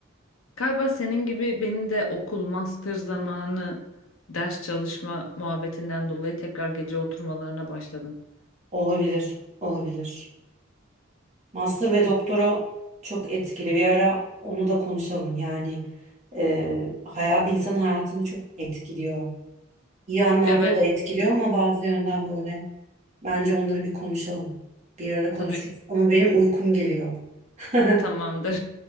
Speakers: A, on the left; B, on the right.
A: Galiba senin gibi benim de okul, master zamanı ders çalışma muhabbetinden dolayı tekrar gece oturmalarına başladım.
B: Olabilir, olabilir. Master ve doktora çok etkili. Bir ara onu da konuşalım. Yani e, hayat, insan hayatını çok etkiliyor. İyi anlamda
A: Evet,
B: da etkiliyor ama bazı yönden böyle. Bence onları bir konuşalım. Bir ara konuşuruz.
A: tabii
B: Ama benim uykum geliyor. <laughs>
A: tamamdır.